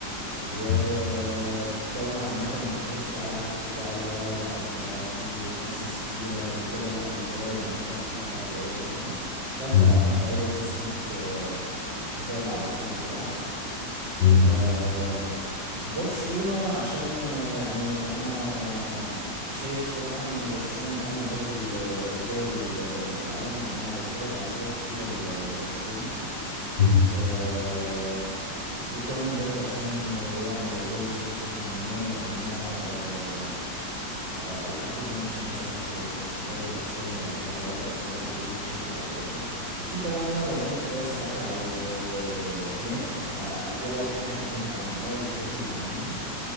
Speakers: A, on the right; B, on the left.
A: ودولة
B: <laughs>
A: عامة ما فيهاش بقى حتة بقى اللي هو لا انت في تاكسز كتيرة وكده لا الضرايب عامة فيها قليلة جدا فانت
B: مم.
A: لو عملت اي بيزنس هناك آه، هتعلى على طول بسرعة
B: مم.
A: آم، برشلونة عشان آه، يعني أنا شايف الصراحة إن برشلونة من أجمل برضو ال- الدول ال- اللي في العالم يعني أنا بتفرج على صور كتيرة ل- لبرشلونة
B: مم.
A: آه، وكمان برضو عشان آه، يعني لو جالي فرصة ما إن أنا آه، آه، التقي بماتش مثلا في في في الدوري الاسباني ولا حاجه واقدر اتفرج عليه بشكل او باخر اكيد طبعا انا لو غني كفايه ساعتها او آه، هناك ه- دي اول حاجه هعملها او من اوائل الحاجات اللي هعملها